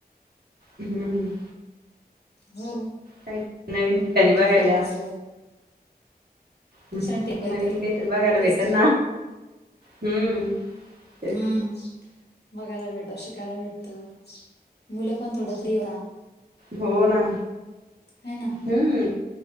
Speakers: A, on the right (about 70°); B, on the left (about 80°).
A: हम्म.
B: हो
A: काही नवीन ठिकाणी
B: काहीतरी
A: बघायला
B: फिरायच.
A: हम्म.
B: फक्षण ठेव काहीतरी.
A: नवीन बघायला
B: तेच
A: भेटल
B: ना.
A: हम्म ते
B: हम्म. बघायला भेटत. शिकायला भेटत. मुलं पण थोडं फ्री राहत.
A: हो ना.
B: ह ना.
A: हम्म